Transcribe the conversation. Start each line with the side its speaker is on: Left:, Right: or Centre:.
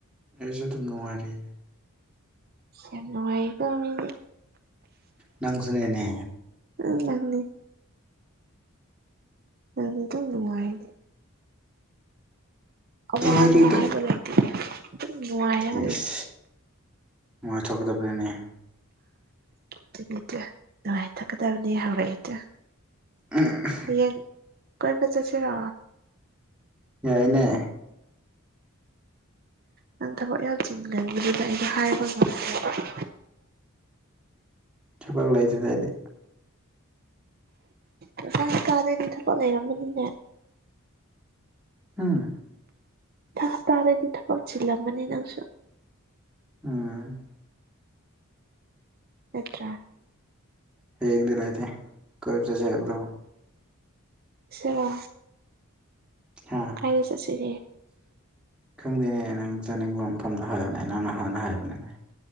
Centre: ꯑꯩꯁꯨ ꯑꯗꯨꯝ ꯅꯨꯡꯉꯥꯏꯔꯑ
Right: ꯀꯟꯅꯅꯨꯡꯉꯏ ꯀꯗꯤ
Centre: ꯅꯪꯁꯨꯅꯤꯅꯦ꯫
Right: ꯎ ꯂꯥꯛꯅꯤ ꯌꯥꯝ ꯑꯗꯨ ꯅꯨꯡꯉꯥꯏꯔꯤ ꯑꯋꯥ
Centre: ꯅꯨꯡꯉꯥꯏꯇꯦꯗ
Right: ꯑꯋꯥ ꯍꯥꯏꯕ ꯂꯩꯇꯦ꯫ ꯑꯗꯨꯝ ꯅꯨꯡꯉꯥꯏꯔꯒ
Centre: ꯏꯁ
Right: ꯂꯩ
Centre: ꯃꯣꯏ ꯊꯣꯛꯀꯗꯕ꯭ꯔꯅꯦ꯫
Right: ꯗꯤ ꯅꯨꯡꯉꯥꯏ ꯊꯛꯀꯗꯕꯅꯤ ꯍꯧꯔꯛꯏꯗꯤꯦ
Centre: <unintelligible>
Right: ꯍꯌꯦꯡ ꯀꯣꯏꯕ ꯆꯠꯁꯤꯔꯣ
Centre: ꯌꯥꯏꯅꯦ
Right: ꯅꯪ ꯊꯕꯛ ꯌꯥꯝ ꯆꯤꯟꯒꯟꯕꯗꯨꯗ ꯑꯩꯗꯣ ꯍꯥꯏꯕ ꯉꯝꯗꯔꯕ
Centre: ꯊꯕꯛ ꯂꯩꯇꯗ ꯑꯩꯗꯤ
Right: ꯃꯊꯥꯡ ꯍꯞꯇꯗꯩꯗꯤ ꯊꯕꯛ ꯂꯩꯔꯝꯃꯅꯤꯅꯦ ꯫
Centre: ꯍꯥꯝ
Right: ꯍꯄꯇꯥꯗꯒꯤꯗꯤ ꯊꯕꯛ ꯆꯤꯟꯂꯝꯃꯅꯤ ꯅꯪꯁꯨ꯫
Centre: ꯎꯝ
Right: ꯅꯠꯇ꯭ꯔ
Centre: ꯍꯌꯦꯡꯗꯤ ꯂꯩꯇꯦ ꯀꯣꯏꯕ ꯆꯠꯁꯦ ꯍꯥꯏꯕ꯭ꯔꯣ ꯫
Right: ꯁꯤꯔ꯫
Centre: ꯍꯥ
Right: ꯀꯥꯏꯗ ꯆꯠꯁꯤꯒꯦ꯫
Centre: ꯈꯪꯗꯦꯅꯦ ꯅꯪ ꯆꯥꯅꯤꯡꯕ ꯃꯐꯝꯗꯣ ꯍꯥꯏꯌꯣꯅꯦ ꯅꯪ ꯅ ꯍꯥꯟꯅ ꯍꯥꯏꯕꯅꯤꯅꯦ ꯫